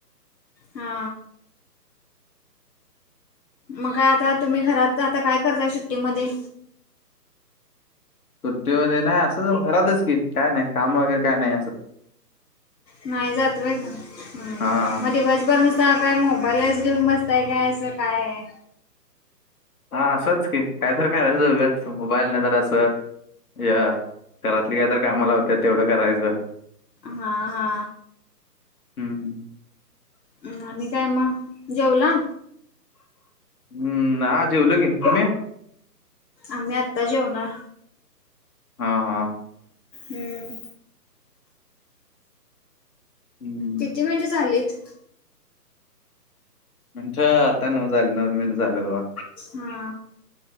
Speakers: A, on the left; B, on the left.
A: हा, मग काय आता तुम्ही घरात आता काय करताय सुट्टीमध्ये.
B: सुट्टीमध्ये नाही असं घरातच की, काय नाही काम वगैरे काय नाही असं.
A: नाही जात व्हय ग हम,
B: हां,
A: म दिवसभर नस ''--'' ता काय मोबाईलच घेऊन बसताय काय असं काय.
B: हा असंच की कायतरी करायचं उगाच मोबाईल नाही तर असं या. घरातली कायतरी कामा लावत्या तेवढं करायचं.
A: हा हा,
B: हम्म,
A: हम, आणि काय मग जेवला.
B: हम्म जेवलो की. तुम्ही?
A: आम्ही आत्ता जेवणार
B: हा हा
A: हम्म
B: हं.
A: किती मिनिट झालेत?
B: मिंट आता नऊ झाली, नऊ मिनट झाली बगा.
A: हा